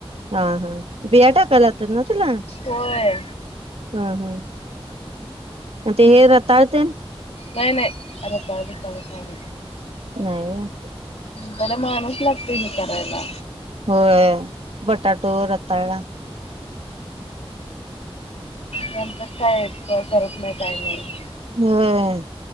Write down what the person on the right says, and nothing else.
हा हा बीया टाकायला लावत्यात ना तुला?
हा. हा.
म ते हे तेन
नाही
होय बटाटो, रताळा.
व्हय